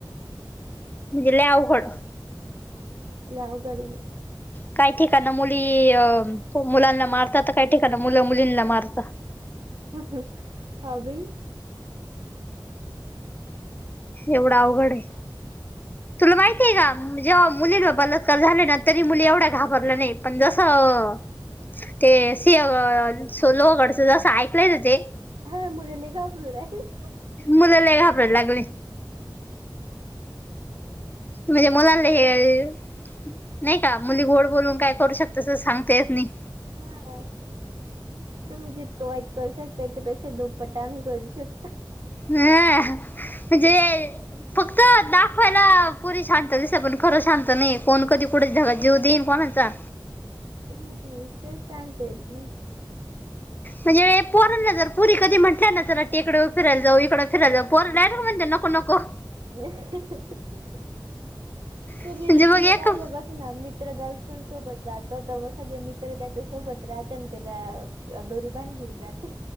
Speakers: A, on the left (about 25°); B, on the right (about 65°).
A: म्हणजे लई आवघड.
B: लई आवघड ये बाई.
A: काही ठिकाण मुली अ मुलांना मारतात तर काही ठिकाण मुलं मुलींना मारतात.
B: हं हं हा बाई.
A: एवढं अवघड आहे. तुला माहितीय का जेव्हा मुलीचा बलात्कार झाला ना तरी मुली एवढा घाबरल्या नाही पण जसं अं ते सिया सो लोहगडच जसं ऐकलंय ना ते
B: हा मुल लई घाबरू राहिले.
A: मुलं लई घाबरायला लागले. म्हणजे मुलांना हे नाही का मुली गोड बोलून काय करू शकता तस सांगता येत नाही.
B: हा. तुम्ही जितकं वाईट करू शकता ह्याच्यापेक्षा दुप्पटा आम्ही करू शकतो.
A: हा ह म्हणजे फक्त दाखवायला पोरी शांत दिसता पण खरं शांत नाही कोण कधी कुठे जगात जिऊ देईन कोणचा.
B: हम्म, तेच सांगतेेत नाही.
A: म्हजे पोरना जर पुरी कधी म्हटल्या ना तर इकडे फिरायला जाऊ इकडे फिरायला जाऊ पोर डायरेक्ट म्हणते नको हो नको.
B: <unintelligible> येवुन
A: म्हणजे मग एक
B: राहिले बघना. गर्लफ्रेंड सोबत जातो तेव्हा सगळे मित्र त्याच्यासोबत राहते त्याला त्याला दोरी बांधलेली राती